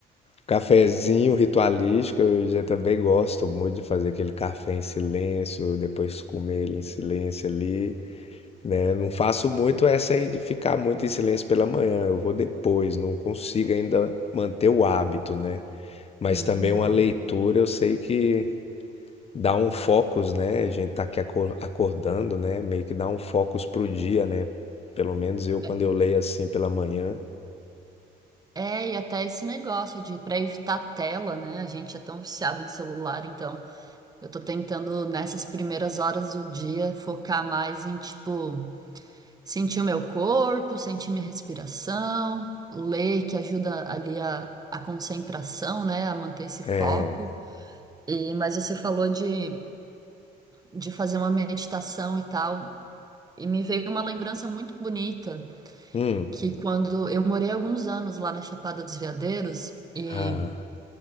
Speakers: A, on the left; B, on the right.
A: Cafezinho ritualístico, eu já também gosto muito de fazer aquele café em silêncio, depois comer ele em silêncio ali, né? Não faço muito essa aí de ficar muito em silêncio pela manhã, eu vou depois, não consigo ainda manter o hábito, né? Mas
B: Uhum.
A: também uma leitura, eu sei que dá um focus, né? A gente tá aqui acor- acordando, né? Meio que dá um focus pro dia, né? Pelo menos eu, quando
B: É,
A: eu leio assim pela manhã,
B: é, e até esse negócio de para evitar tela, né? A gente é tão viciado em celular, então eu tô tentando nessas primeiras horas do dia focar mais em tipo Sentir o meu corpo, sentir minha respiração, ler que ajuda ali a, a concentração, né, a manter esse foco.
A: é.
B: E, mas você falou de, de fazer uma meditação e tal, e me veio uma lembrança muito bonita
A: Hum,
B: que quando eu morei alguns anos lá na Chapada dos Veadeiros, e
A: ah,